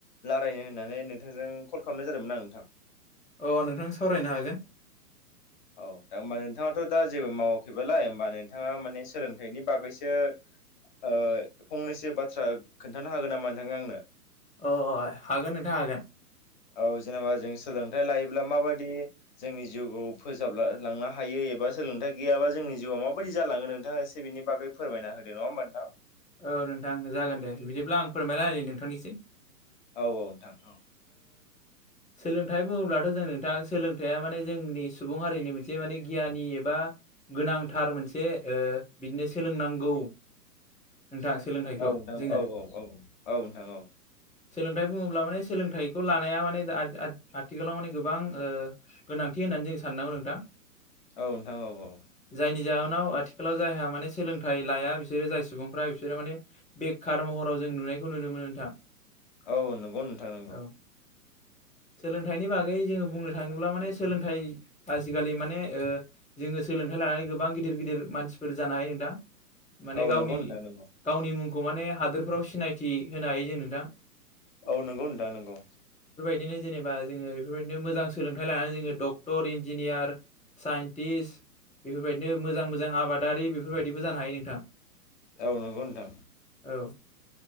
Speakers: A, on the left; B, in the centre.
A: रालायनो होननानै नोंथांजों कल खालामनाय जादोंमोन आं। नोंथां।
B: अ नोंथां सावरायनो हागोन।
A: औ दा हबा नोंथाङाथ' दा जेबो मावाखैबालाय होमबा नोंथाङा माने सोलोंथाइनि बागैसो ओ फंनैसो बाथ्रा खोन्थानो हागोन नामा नोंथां आंनो?
B: अ अ अ हागोन नोंथां हागोन।
A: औ जेनेबा जों सोलोंथाइ लायोब्ला माबायदि जोंनि जिउखौ फोजाब लांनो हायो एबा सोलोंथाइ गैयाबा जोंनि जिउआ माबायदि जालाङो नोंथाङा एसे बिनि बागै फोरमायना होदो नङा होनबा नोंथां?
B: औ नोंथां जागोन दे बिदिब्ला आं फोरमायना होनि नोंथांनो इसे
A: औ औ नोंथां औ। <inaudible>
B: सोलोंथाइ बुङोब्लाथ' जों नोंथां सोलोंथाइया माने जोंनि सुबुं हारिनि मोनसे माने गियानि एबा गोनांथार मोनसे ओ बिदिनो सोलोंनांगौ।
A: <inaudible>
B: नोंथां सोलोंथाइखौ
A: औ नोंथां
B: जोङो
A: औ औ औ औ नोंथां औ
B: सोलोंथाइ बुङोब्ला माने सोलोंथाइखौ लानाया माने आथ आथ आथिखालाव माने गोबां ओ गोनां थि होननानै जों साननांगौ नोंथां।
A: औ नोंथां औ औ।
B: जायनि जाहोनाव आथिखालाव जायहा माने सोलोंथाइ लाया बिसोरो जाय सुबुंफ्रा बिसोरो माने बेखार महराव जों नुनायखौ नुनो मोनो नोंथां।
A: औ नंगौ नोंथां नंगौ
B: औ सोलोंथाइनि बा गै जोङो बुंनो थाङोब्ला माने सोलोंथाइ आजिखालि माने ओ जोङो सोलोंथाइ लानानै गोबां गि दिर गिदिर मानसिफोर जानो हायो नोंथां। माने
A: औ
B: गावनि
A: नंगौ नोंथां नंगौ।
B: गावनि मुंखौ माने हादोरफ्राव सिनायथि होनो हायो जों नोंथां।
A: औ नंगौ नोंथां नंगौ।
B: इदिनो जेनेबा जोङो बेफोरबायदिनो मोजां सोलोंथाइ लानानै जोङो डक्टर इन्जिनियार साइन्टिस्ट। बेफोरबायदिनो मोजां मोजां आबादारि बेफोरबायदिबो जानो हायो नोंथां।
A: औ नंगौ नोंथां।
B: औ ओ